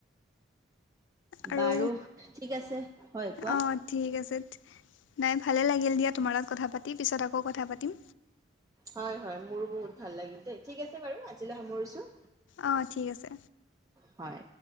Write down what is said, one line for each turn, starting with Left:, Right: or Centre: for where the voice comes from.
Left: আৰু
Right: বাৰু ঠিক আছে। হয় কোৱা।
Left: অঁ ঠিক আছে। নাই ভালে লাগিল দিয়া তোমাৰ লগত কথা পাতি, পিছত আকৌ কথা পাতিম।
Right: হয় হয়, মোৰো বহুত ভাল লাগিল দেই। ঠিক আছে বাৰু আজিলৈ সামৰিছোঁ।
Left: অহ', ঠিক আছে।
Right: হয়।